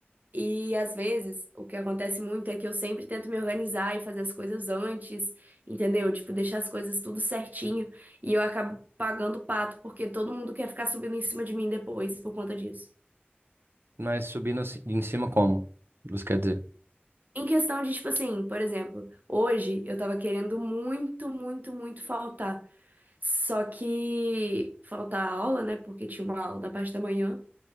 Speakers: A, on the right; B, on the right.
A: E às vezes, o que acontece muito é que eu sempre tento me organizar e fazer as coisas antes, entendeu? Tipo, deixar as coisas tudo certinho. E eu acabo pagando o pato, porque todo mundo quer ficar subindo em cima de mim depois por conta disso.
B: Mas subindo assim- em cima como? Isso quer dizer.
A: Em questão de, tipo assim, por exemplo, hoje eu tava querendo muito, muito, muito faltar. Só que falta a aula, né? Porque tinha uma aula da parte da manhã.